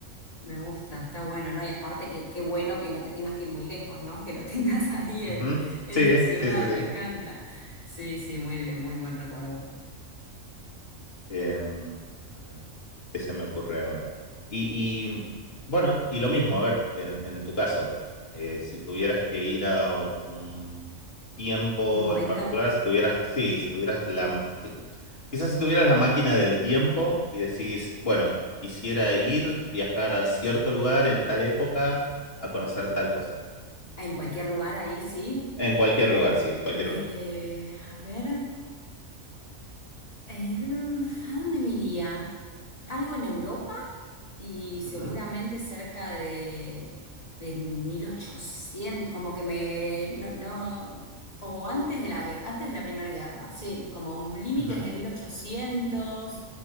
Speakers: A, on the left; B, on the left.
A: Me gusta, está bueno, ¿no? Y aparte que qué bueno que no te tengas que ir muy lejos, ¿no? Que lo <laughs> tengas ahí
B: Ujú.
A: en, en
B: Sí,
A: tu ciudad,
B: sí, sí, sí.
A: me encanta. Sí, sí, muy bien, muy buen recuerdo.
B: Em, a ver, ¿qué se me ocurre ahora? Y, y, bueno, y lo mismo, a ver, en, en tu caso, eh, si tuvieras que ir a un tiempo
A: Un momento,
B: en particular, si tuvieras, sí, si tuvieras la, quizás si tuvieras la máquina del tiempo y decís, bueno, quisiera ir, viajar a cierto lugar en tal época a conocer tal cosa.
A: en cualquier lugar ahí, sí.
B: En cualquier lugar, sí, cualquier
A: Eh,
B: lugar.
A: a ver, eh, ¿a dónde me iría? ¿Algo en Europa? y seguramente
B: Ujú,
A: cerca de, de 1800 como que me, no, no, o antes de la, gue- antes de la Primera Guerra, sí, como un- límites
B: ujú,
A: de 1800,